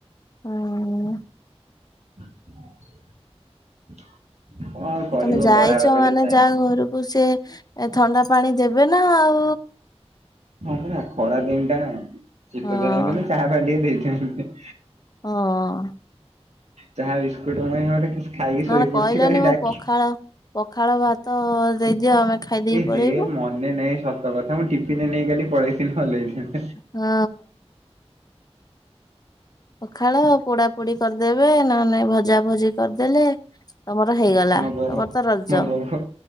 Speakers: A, on the left; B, on the right.
A: ଅଁ
B: <inaudible> କରିବ
A: ତମେ ଯାଇଛ
B: ବଡ ବାପା
A: ମାନେ
B: କହିଲେ
A: ଯା ଘରକୁ ସେ ଥଣ୍ଡା ପାଣି ଦେବେ ନା ଆଉ।
B: ହଁ ପରା ଖରା ଦିନ ଟା ନାଁ, ଶୀତ
A: ହଁ
B: ଦିନ ହେଇଥିଲେ ଚାହା ଫା ଟିକେ ଦେଇଥାନ୍ତେ।
A: ହଁ।
B: ଚାହା ବିସ୍କୁଟ ମୁଇ ଗୋଟେ ଖାଇକି
A: ନହେଲେ
B: ଶୋଇ ପଡୁଛି
A: କହିଲନି
B: କାଲି
A: ମୁଁ
B: ଡାକି
A: ପଖାଳ ପଖାଳ ଭାତ ଦେଇଦିଅ ଆମେ ଖାଇଦେଇକି
B: ଏ ହେ
A: ପଳେଇବୁ।
B: ମନେ ନାଇଁ ସତ କଥା ମୁଁ ଟିଫିନ ନେଇ କାଲି ପଳେଇଥିଲି ଭଲ ହେଇଥାନ୍ତା।
A: ହଁ। ପଖାଳ ପୋଡା ପୋଡି କରିଦେବେ ନହେଲେ ନାଇଁ ଭଜା ଭଜି କରିଦେଲେ। ତମର ହେଇଗଲା
B: ମୋ
A: ତମର
B: ବୋଉ
A: ତ ରଜ।
B: ମୋ ବୋଉ